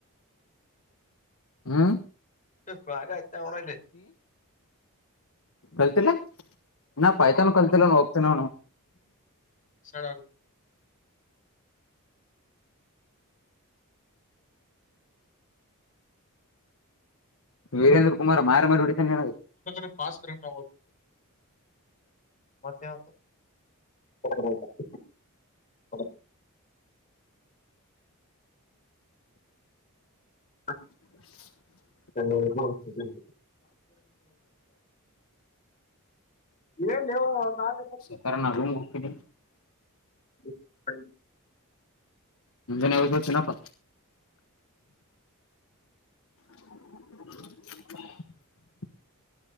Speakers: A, on the left; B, on the left.
A: ಹ್ಮ
B: ಹ ಬಾಗ ಆಯತಾವಣಲ್ಲೇ.
A: ಕಲ್ತಿಲ್ಲ ನಾ ಪಾಯ್ತಾನ
B: ಹೊಡದ್ರ
A: ಕಲ್ತಿಲ್ಲ ಹೋಗ್ತನ.
B: <unintelligible> ಹಾ.
A: ವೀರೇಂದ್ರ ಕುಮಾರ್ ಮಾರಿ ಮಾರಿ ಹೊಡಿತಾನ ನನಗ
B: <unintelligible> ಪಸ್ ಆದು ಮತ್ತ <unintelligible> ಹ. ಹ <unintelligible>
A: <inaudible>
B: <unintelligible> ಏನ್ ಹೇಳ್ <unintelligible>
A: ಸಕಾರಣ ಅ ರೂಮ್ ಹೋಗ್ತೀನಿ.
B: ಹ. <unintelligible>
A: ನಿಂಜನ ಇವ ಸ ಚನಪ್ಪ. <inaudible>